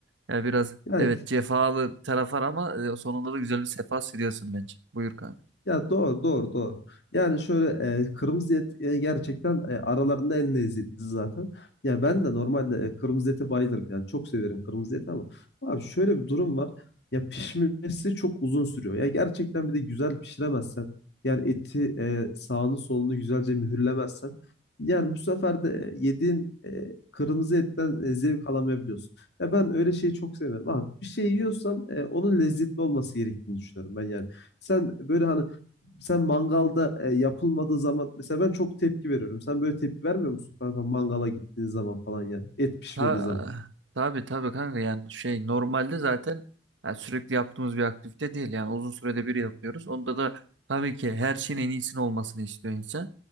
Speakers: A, on the right; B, on the left.
A: Yani biraz
B: Yani
A: evet cefalı bir taraf var ama e, sonunda da güzel bir sefa sürüyorsun bence. Buyur kanka.
B: Ya doğru doğru doğru. Yani şöyle e, kırmızı et e, gerçekten e, aralarında en lezzetlisi zaten. Ya ben de normalde e, kırmızı ete bayılırım. Yani çok severim kırmızı eti ama abi şöyle bir durum var. Ya pişmesi çok uzun sürüyor. Ya gerçekten bir de güzel pişiremezsen yani eti e, sağını solunu güzelce mühürlemezsen yani bu sefer de e, yediğin e, kırmızı etten e, zevk alamayabiliyorsun. Ya ben öyle şeyi çok sevmem. Abi bir şey yiyorsam e, onun lezzetli olması gerektiğini düşünüyorum ben yani. Sen böyle hani sen mangalda e, yapılmadığı zaman mesela ben çok tepki veriyorum. Sen böyle tepki vermiyor musun kanka mangala gittiğin zaman falan yani? Et pişmediği
A: Ta,
B: zaman.
A: tabii tabii kanka yani şey normalde zaten yani sürekli yaptığımız bir aktivite değil yani uzun sürede bir yapıyoruz. Onda da tabii ki her şeyin en iyisini olmasını istiyor insan.